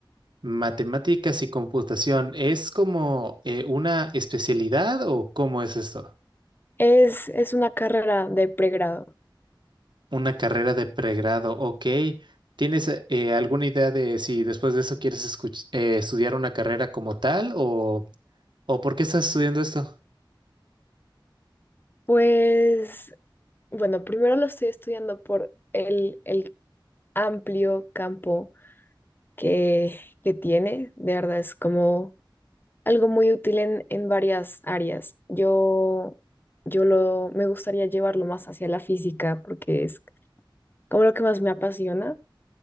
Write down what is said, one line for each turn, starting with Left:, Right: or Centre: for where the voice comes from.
Right: Matemáticas y computación, ¿es como eh, una especialidad o cómo es esto?
Left: Es, es una carrera de pregrado.
Right: Una carrera de pregrado, ok. ¿Tienes eh, alguna idea de si después de eso quieres escuch- eh, estudiar una carrera como tal o, o por qué estás estudiando esto?
Left: Pues, bueno, primero lo estoy estudiando por el, el amplio campo que, que tiene. De verdad, es como algo muy útil en, en varias áreas. Yo, yo lo, me gustaría llevarlo más hacia la física porque es como lo que más me apasiona.